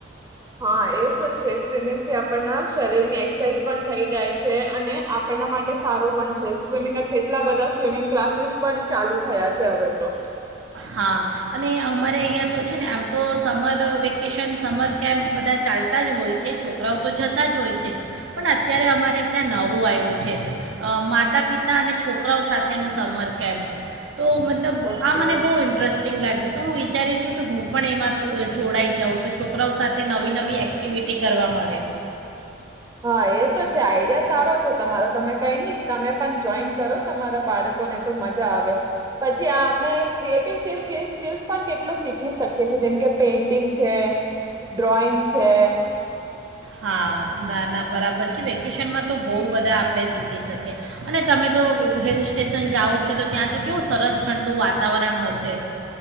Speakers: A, on the right; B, on the right.
A: હા એ તો છે સ્વિમિંગ થી આપ શરીર ની એક્સરસાઇઝ પણ થઈ જાય છે અને આપણના માટે સારો પણ છે સ્વિમિંગ કેટલા બધા સ્વિમિંગ ક્લાસીસ પણ ચાલુ થયા. છે હવે તો.
B: હા, અને અમારે અહીંયા તો છે ને આમ તો સમર વેકેશન સમર કેમ્પ બધા ચાલતા જ હોય છે છોકરાઓ તો જતા જ હોય છે, પણ અત્યારે અમારે ત્યાં નવું આવ્યું છે, માતા પિતા અને છોકરાઓ સાથેનું સમર કેમ્પ. તો મતલબ
A: ઓકે.
B: આ મને બ ઇન્ટરેસ્ટિંગ લાગ્યું. તો હું વિચારી છું કે હું પણ એમાં જોડાઈ જાઉં તો છોકરાઓ સાથે નવી નવી એક્ટિવિટી કરવા મળે.
A: હા એ તો છે આઈડિયા સારો છે તમારો તમે કઈ નહી તમે પણ જોઈન કરો તમારા બાળકોને તો મજા આવે, પછી આપણે ક્રિએટિવ સ્કલસ પણ કેટલું શીખી શકીએીએ જેમ કે પેઇન્ટિંગ છે. ડ્રોઈંગ છે.
B: હા ના ના બરાબર છે વેકેશનમાં તો બહુ બધા આપણે શીખી શકીએ, અને તમે તો હિલ સ્ટેશન જાઓ છો તો ત્યાં તો કેવું સરસ ઠંડુ વાતાવરણ હશે.